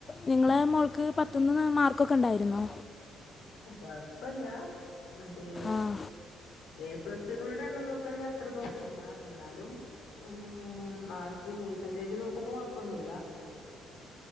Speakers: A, on the left; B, on the left.
A: നിങ്ങളെ മോൾക്ക് പത്തൊന്ന് മാർക്ക്ക്കെ ഉണ്ടായിരുന്നോ
B: കൊഴപ്പല്ല മറ്റേ
A: ആ
B: എ പ്ലസുകളുടെ എണ്ണം നോക്കുകയാണെങ്കിൽ അത്ര തോനെല്ല എന്നാലും ഉം മാർക്ക് ഇബൽ- പെന്റേജ് നോക്കുമ്പോ കൊഴപ്പൊന്നുല്ല